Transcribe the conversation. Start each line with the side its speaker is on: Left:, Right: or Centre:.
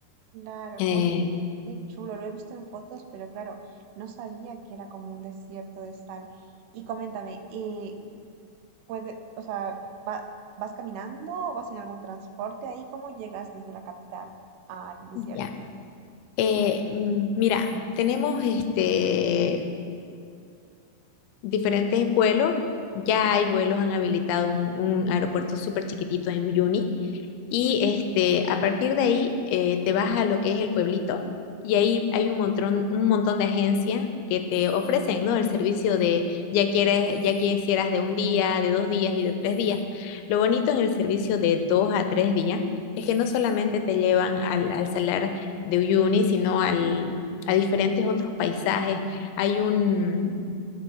Right: Claro,
Left: Eh,
Right: oye, qué chulo, lo he visto en fotos, pero claro, no sabía que era como un desierto de sal. Y coméntame, eh, puede, o sea, va- ¿vas caminando o vas en algún transporte ahí? ¿Cómo llegas desde la capital al desierto?
Left: ya. Eh, mm, mira, tenemos este, diferentes vuelos. Ya hay vuelos, han habilitado un, un aeropuerto súper chiquitito en Uyuni Y este, a partir de ahí eh, te vas a lo que es el pueblito y ahí hay un montón, un montón de agencias que te ofrecen, ¿no? El servicio de ya quieres, ya quisieras de un día, de dos días y de tres días. Lo bonito en el servicio de dos a tres días es que no solamente te llevan al, al salar de Uyuni, sino al, a diferentes otros paisajes. Hay un,